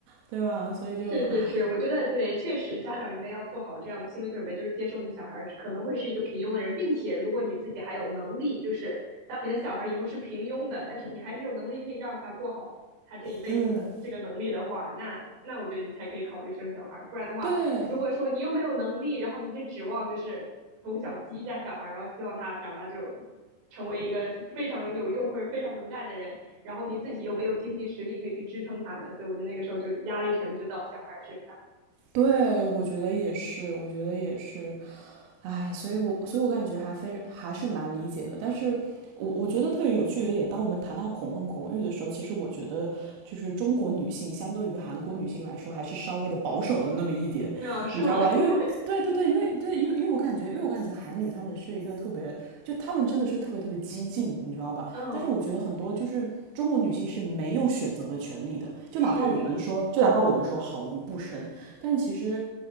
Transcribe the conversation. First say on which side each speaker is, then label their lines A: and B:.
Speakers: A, on the right (about 70°); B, on the right (about 85°).
A: 对吧？所以就唉，
B: 是是是，我觉得对，确实家长应该要做好这样的心理准备，就是接受你小孩儿是可能会是一个平庸的人，并且如果你自己还有能力，就是当你的小孩以后是平庸的，但是你还是有能力可以让他过好他这一辈子的这个能力的话，
A: 嗯，
B: 那那我觉得你才可以考虑生小孩儿。不然的话，
A: 对
B: 如果说你又没有能力，然后你就指望就是从小激一下小孩儿，然后希望他长大就成为一个非常有用或者非常能干的人，然后你自己又没有经济实力可以去支撑他们，所以我觉得那个时候就压力全部就到小孩身上。
A: 对，我觉得也是，我觉得也是，唉，所以我所以我感觉还非还是蛮理解的，但是我我觉得特别有趣的一个点，当我们谈到恐婚恐育的时候，其实我觉得就是中国女性相对于韩国女性来说，还是稍微的保守了那么一点，
B: 那、嗯是吗？
A: 你知道吧？
B: <laughs>
A: 因为对对对，因为对，因为因为我感觉，因为我感觉韩女她们是一个特别，就她们真的是特别特别激进，你知道吧？
B: 嗯，
A: 但是我觉得很多就是中国女性是没有选择的权利的，就哪怕我们说，
B: 是是，
A: 就哪怕我们说好，我们不生，但是其实。